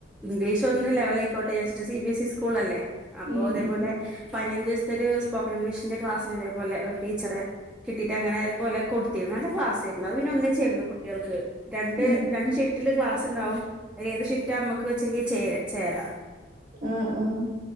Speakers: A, in the centre; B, on the right.
A: ഇംഗ്ലീഷ് ഒന്ന് ലെവൽ ആയിക്കോട്ടെ വിചാരിച്ചിട്ട് C B S E school അല്ലേ. അപ്പൊ
B: ഉം
A: അതേപോലെ
B: ഉം.
A: പതിനഞ്ച് ദിവസത്തെ ഒരു സ്പോക്കൺ ഇംഗ്ലീഷിന്റെ ക്ലാസിിനന് ഇതേോലെ ഒരു ടീച്ചറെ കിട്ടിയിട്ട് അനെ പോലെ കൊടുത്തിരുന്നു നല്ല ക്ലാസ്സായിരുന്നു അത് പിന്നെ ഒന്നിച്ചായിരുന്നു കുട്ടികൾക്ക്. രണ്ട്
B: ഉം
A: രണ്ട്
B: ഉം.
A: ഷിഫ്റ്റില് ക്ലാസ് ഉണ്ടാവും, അതിൽ ഏത് ഷിഫ്റ്റാ നമ്മക്ക് വെച്ചെങ്കിൽ ചേരാം
B: ആ, ആ